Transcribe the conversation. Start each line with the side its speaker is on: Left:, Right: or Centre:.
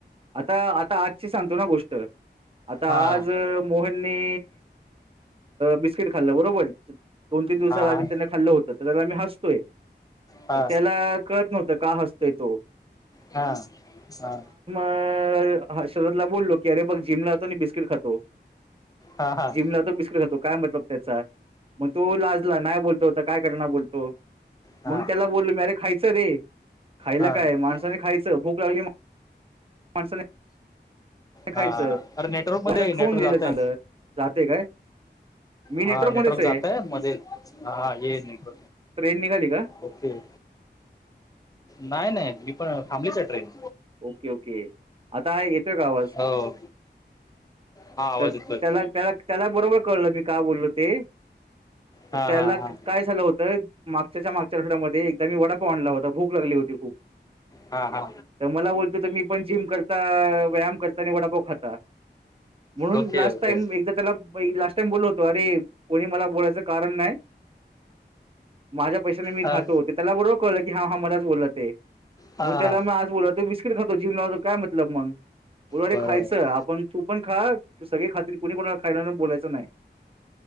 Right: आता आता आजची सांगतो ना गोष्ट आता
Left: हा.
Right: आज मोहनने बिस्किट खाल्लं बरोबर दोन तीन दिवस
Left: हा हा.
Right: आधी त्यांनी खाल्लं होतं तर त्या आम्ही हसतोय
Left: हा.
Right: तर त्याला कळत नव्हतं का हसतोय तो
Left: हा हा
Right: अ शरद ला बोललो क अरे बघ जिमलातो आणि बिस्किट खातो
Left: हा. हा हा.
Right: जिमला त मिसकततो काय मतलब त्याचा मग तो लास्ट नाही बोलतो होत काय करणार बोलतो
Left: हा.
Right: मग त्याला बोलल मी अरे खायचं रे खायला
Left: हा. हा.
Right: काय माणसाने खायचं भूक लागली माणसाने
Left: हा
Right: खायचं
Left: अरे नेटवर्क मध्ये
Right: वरच्या खाऊन
Left: नेटवर्क
Right: गेलं
Left: जातय
Right: चांगलं जाते काय मी
Left: हा नेटवर्क
Right: मध्येच आहे
Left: जातय मध्ये हा ये निक
Right: ट्रेन निघाली का
Left: ओके नाही नाही मी पण फॅमिलीच ट्रेन
Right: ओके ओके आता हा येतोय का आवाज
Left: हो हा आवाज
Right: तर
Left: येतोय.
Right: त्याला त्याला त्याला बरोबर कळलंी का बोललो ते
Left: हा
Right: त्या
Left: हा
Right: काय होत मागच्या मागच्या आठड्यामध्ये एकदा म वडापा आणला होता भूक लागली होती खूप
Left: हा हा
Right: तर मला बोलतो तर मी पण जिम करता व्यायाम करता आणि वडापाव खाता म्हणून
Left: ओके
Right: लास्ट
Left: ओके
Right: टाईम एकदा त्याला म लास्ट टाइम बोललो होतो अरे कोणी मला बोलायचं कारण नाही माझ्या पैशाने मी
Left: हा
Right: खातो होते त्याला बरोबर कळलं की हा हा मलाच बोलत आहे
Left: हा
Right: मग त्याला मी आज बोलो बिस्किट खातो जिम लावतो काय मतलब मग बोला रे
Left: बरोबर.
Right: खायचं आपण तू पण खा त सगळे खातर कोणी कोणाला खायणार बलायं नाही